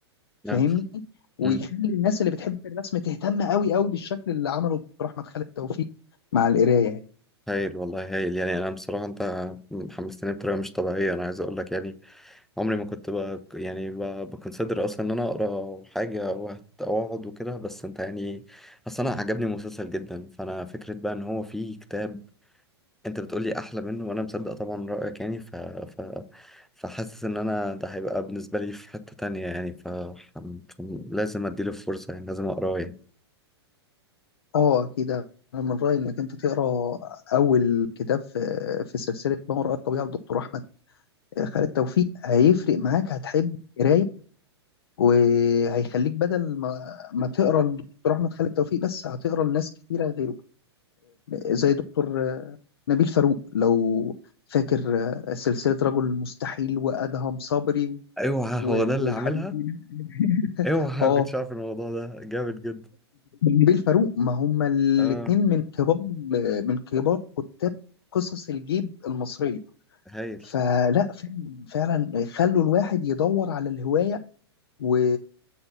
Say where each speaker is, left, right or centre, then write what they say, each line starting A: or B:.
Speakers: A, on the left (about 60°); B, in the centre.
A: فاهمني
B: نعم
A: ويخلي
B: امم
A: الناس اللي بتحب الرسم تهتم قوي قوي بالشكل اللي عمله دكتور احمد خالد توفيق مع القرايه يعني
B: هايل والله هايل يعني انا بصراحة انت حمستني بطريقة مش طبيعية انا عايز اقول لك يعني عمري ما كنت بقى يعني بكونسيدر اصلا ان انا اقرا حاجة وأت- او اقعد وكده بس انت يعني اصلا انا عجبني المسلسل جدا فانا فكرة بقى ان هو فيه كتاب انت بتقولي احلى منه وانا مصدق طبعا رأيك يعني ف... ف... فحاسس ان انا ده هيبقى بالنسبة لي في حتة تانية يعني ف... ف... لازم اديله فرصة يعني لازم اقراه يعني
A: اه كده انا من رايي انك انت تقرا اول كتاب في في سلسله ما وراء الطبيعه لدكتور احمد خالد توفيق هيفرق معاك هتحب القرايه وهيخليك بدل ما ما تقرا لدكتور احمد خالد توفيق بس هتقرا لناس كتيره غيره زي دكتور نبيل فاروق لو فاكر آه، سلسلة رجل مستحيل وأدهم صبري
B: اوعى
A: و-
B: هو ده اللي
A: والحاجات
B: عاملها
A: دي <laughs>
B: اوعى <laughs>
A: اه
B: ما كنتش عارف الموضوع ده جامد جدا
A: نبيل فاروق ما هما الاثنين
B: اه
A: من كبار من كبار كتاب قصص الجيب المصرية
B: هايل
A: فلا فعلا فعلا خلوا الواحد يدور على الهواية و...